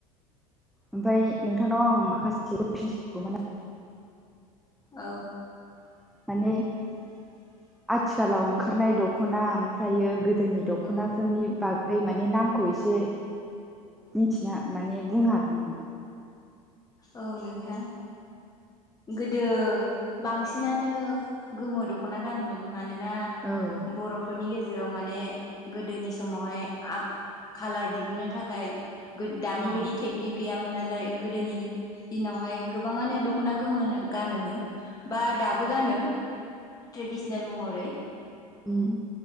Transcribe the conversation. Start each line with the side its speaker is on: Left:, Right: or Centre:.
Centre: ओमफ्राय नोंथांनाव आं माखासे कुइसन सोंगौमोन आरो
Left: औ।
Centre: माने आथिखालाव ओंखारनाय दख'ना ओमफ्रायो गोदोनि दख'नाफोरनि
Left: औ
Centre: बा गै माने नामखौ एसे मिथिनो माने बुंनो हागोन नामा?
Left: औ नोंथां गोदो बांसिनानो गोमो दख'ना गानोमोन मानोना
Centre: औ
Left: बर'फोरनि गेजेराव माने गोदोनि समावहाय आ खालार दिहुननो थाखाय दानि
Centre: औ
Left: बायदि टेकनिक गैयामोन नालाय गोदोनि दिनावहाय गोबाङानो दख'ना गोमोनो गानोमोन बा दाबो गानो। ट्रेडिसनेल महरै।
Centre: उम।